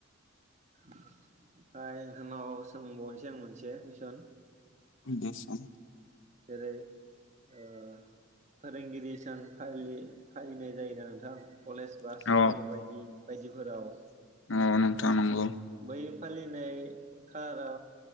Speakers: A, on the right; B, on the left.
A: <inaudible> सोंबावनोसै आं मोनसे कुइसन
B: दे सों
A: बे ओ फोरोंगिरि सान फालि फालिनाय जायोना नोंथां कलेज बा स्कुल
B: अ
A: बायदि बायदिफोराव
B: अ नोंथां नंगौ
A: बै फालिनाय खालारा